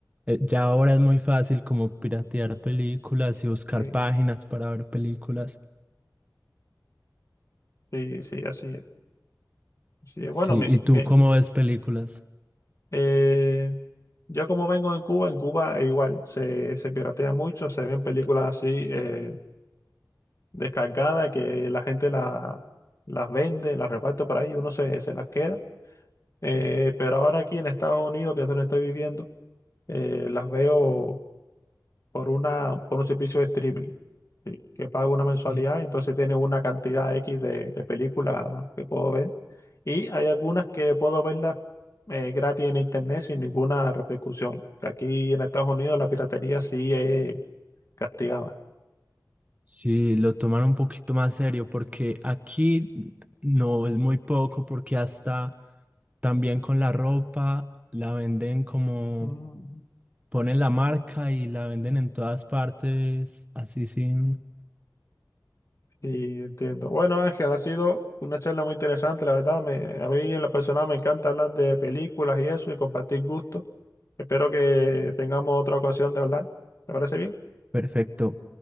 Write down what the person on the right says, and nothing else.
eh, ya ahora es muy fácil como piratear películas y buscar
páginas para ver películas.
Sí,
¿y tú
cómo ves películas?
Sí.
Sí, lo toman un poquito más serio porque aquí no es muy poco porque hasta también con la ropa la venden como
ponen la marca y la venden en todas partes, así sin...
Perfecto,